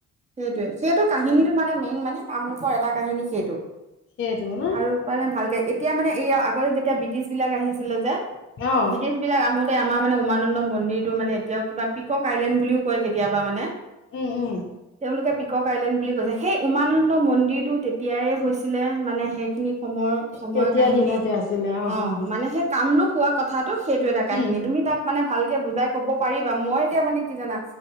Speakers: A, on the right; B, on the left.
A: সেইটোৱে সেইটো
B: তাকে
A: কাহিনীটো মানে মেইন মানে কামৰূপৰ এটা কাহিনী সেইটো,
B: সেইটো ন
A: আৰু মানে ভালকে এই তেতিয়া মানে এইয়া আগতে যেতিয়া ব্ৰিটিছ বিলাক আহিছিলে যে,
B: অ
A: ব্ৰিটিছবিলাক আহোতে আমাৰ মানে উমানন্দ মন্দিৰটো মানে এতিয়াও কিবা পিকক আইলেণ্ড বুলিও কয় কেতিয়াবা মানে
B: উম উম
A: তেওঁলোকে পিকক আইলেণ্ড বুলি সেই উমানন্দ মন্দিৰটো তেতিয়াই হৈছিলে মানে সেইখিনি সময়ৰ সময়ৰ
B: তেতিয়া
A: কাহিনী।
B: দিনতে আছিলে
A: অ
B: কাহি
A: মানে সেই কামৰূপ হোৱা কথাটো সেইটো এটা কাহিনী
B: উম
A: তুমি তাক মানে ভালকে বুজাই ক'ব পাৰিবা মই এতিয়া মানে কি জানা